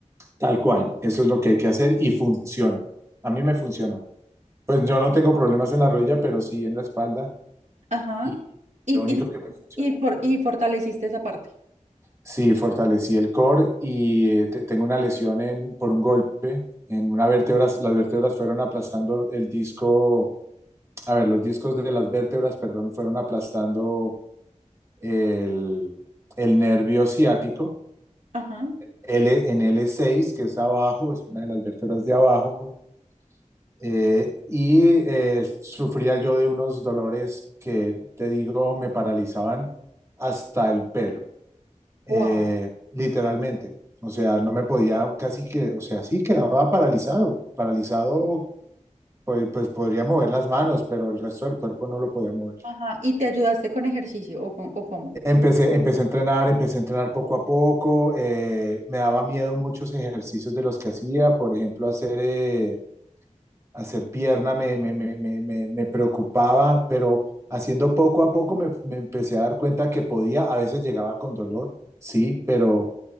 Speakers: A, on the right; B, on the right.
A: tal cual, eso es lo que hay que hacer y funciona. A mí me funcionó. Pues yo no tengo problemas en la rodilla, pero sí en la espalda
B: Ajá.
A: y
B: Y,
A: lo único que me funcionó.
B: y, y, for- y fortaleciste esa parte.
A: Sí, fortalecí el core y eh, te- tengo una lesión en, por un golpe en una vértebra, las vértebras fueron aplastando el disco, a ver, los discos de las vértebras, perdón, fueron aplastando el, el nervio ciático
B: Ajá.
A: L, en l seis que es abajo, es una de las vértebras de abajo, eh, y eh, sufría yo de unos dolores que, te digo, me paralizaban hasta el pelo, eh,
B: Wow.
A: literalmente. O sea, no me podía casi que, o sea, sí quedaba paralizado, paralizado, pues, pues podría mover las manos, pero el resto del cuerpo no lo podía mover.
B: Ajá. Y te ayudaste con ejercicio o, con, o cómo.
A: Empecé, empecé a entrenar, empecé a entrenar poco a poco, eh, me daba miedo muchos ejercicios de los que hacía, por ejemplo, hacer eh, hacer pierna me, me, me, me, me- me preocupaba, pero haciendo poco a poco me, me empecé a dar cuenta que podía, a veces llegaba con dolor, sí, pero